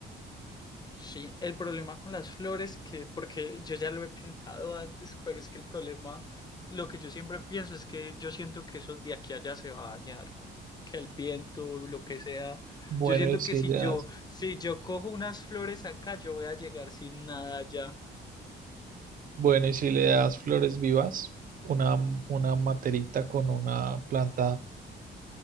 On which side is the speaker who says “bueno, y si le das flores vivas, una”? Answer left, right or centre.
Right